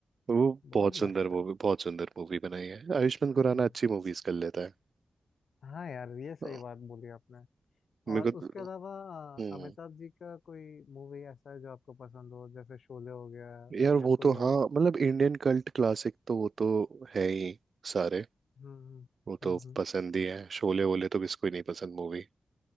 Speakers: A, on the right (about 60°); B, on the left (about 80°).
A: वो
B: बहुत
A: बहुत सुंदर
B: मस्त
A: मूवी
B: है
A: बहुत सुंदर मूवी बनाई है आयुष्मान खुराना
B: जी
A: अच्छी मूवीज कर लेता है
B: हाँ यार ये सही
A: हाँ,
B: बात बोली आपने
A: मेरे
B: और
A: को
B: उसके
A: तो-
B: अलावा अ,
A: हम्म
B: अमिताभ जी का कोई मूवी ऐसा है जो आपको पसंद हो जैसे शोले हो गया
A: यार
B: या
A: वो
B: कोई
A: तो हाँ
B: और
A: मतलब इंडियन कल्ट क्लासिक तो वो तो है ही सारे
B: हम्म
A: वो
B: हम्म
A: तो
B: हम्म,
A: पसंद ही है शोले वोले तो किसको ही नहीं पसंद मूवी